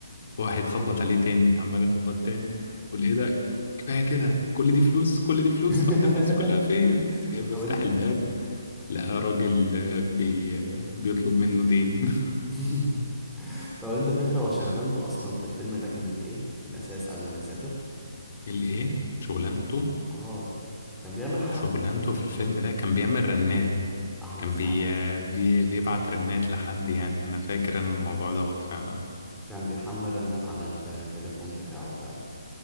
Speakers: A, on the left (about 50°); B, in the centre.
A: واحد خبط
B: قصدي-
A: عليه تاني عمال يخبط تاني يقول إيه ده كفاية كده كل دي فلوس كل دي فلوس
B: <laughs>
A: هقعد الفلوس دي كلها فين؟ جاي بفتح
B: طب انت
A: الباب لقى راجل آه، بي... آه، بيطلب منه دين <laughs>
B: <laughs> طب انت فاكر هو شغلانته اصلا في الفيلم ده كانت ايه في الاساس قبل ما يسافر
A: الايه شغلانته
B: فاكر- اه كان بيعمل حاجه
A: شغلانته
B: على الكمبيوتر
A: في
B: كده
A: الفيلم ده كان بيعمل رنات
B: احلى
A: كان
B: مسا
A: بي...
B: عليه
A: بي... بيبعت رنات لحد يعني انا فاكر انا الموضوع دوت فعلا
B: كان بيحمل رنات على التليفون بتاعه فعلا